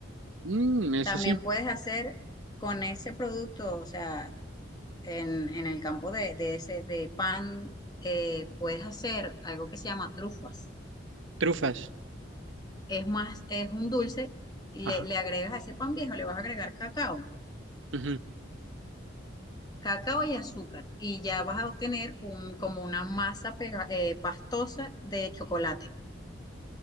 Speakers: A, on the right (about 75°); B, on the left (about 20°).
A: Mm, eso
B: También
A: sí,
B: puedes hacer con ese producto, o sea, en, en el campo de, de ese, de pan, eh, puedes hacer algo que se llama trufas.
A: trufas.
B: Es más, es un dulce y le,
A: Ajá.
B: le agregas a ese pan viejo, le vas a agregar cacao,
A: Ujú.
B: cacao y azúcar y ya vas a obtener un, como una masa pega- eh, pastosa de chocolate.